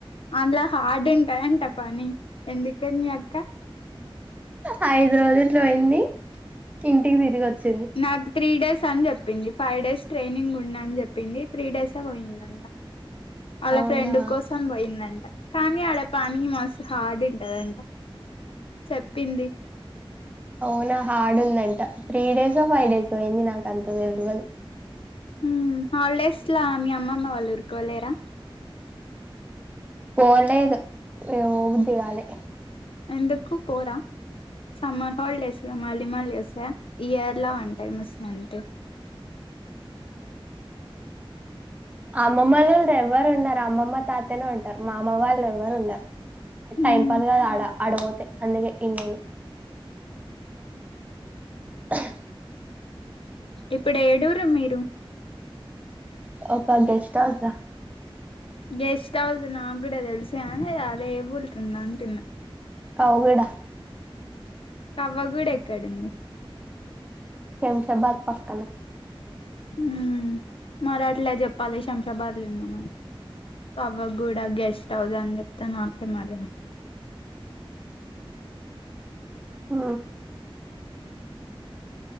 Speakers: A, on the left; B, on the right.
A: అందులో హార్డ్ం ఏంటా పని ఎందుకని అక్క
B: హైదరబాద్ ఇట్ల బోయింది ఇంటికి తిరిగొ చింది
A: నాకు త్రీ డేస్ అని చెప్పింది ఫైవ్ డేస్ ట్రైనింగ్ ఉన్నా అని చెప్పింది త్రీ డేస్ ఏ పోయిందంట ఆళ్ళ
B: అవునా
A: ఫ్రెండ్ కోసం పోయిందంట కానీ ఆడ పని మస్తు హార్డ్ ఉంటదంట సెప్పింది
B: అవునా హార్డ్ ఉందంట త్రీ డేసో ఫైవ్ డేసో అయ్యింది నాకు అంత తెలువదు
A: ఉమ్ హాలిడేస్ ల మీ అమ్మమ్మ వాళ్ళూరుకు వెళ్ళేరా
B: పోలేదు ఏ పోబుద్ది గాలే
A: ఎందుకు పోరా సమ్మర్ హాలిడేస్ గా మళ్ళీ మళ్ళీ వస్తాయా ఇయర్ ల వన్ టైం వస్తా అంతే
B: అమ్మమ్మ వాళ్ళతో ఎవ్వరు ఉండరు అమ్మమ్మ తాతనే ఉంటరు మామ వాళ్ళు ఎవ్వరుండర్
A: మ్మ్
B: టైం పది కాద్ ఆడా ఆడపోతే అందుకే ఇన్నెను <unintelligible>
A: ఇప్పుడు ఏడు ర్ మీరు
B: ఒక గెస్ట్ హౌసా
A: గెస్ట్ హౌస్ నాకు కూడ తెలిసు గాని అదే ఏ ఊరికింద అంటున్నా
B: కవ్గడ
A: కవ్వగూడ ఎక్కడుంది
B: శంషాబాద్ పక్కన
A: మ్మ్ మరి అట్లే చెప్పాలి శంషాబాద్లు ఉన్నా మని కవ్వగూడ గెస్ట్ హౌస్ అని చెప్తే నాకేమ్ అర్థమవు
B: ఆ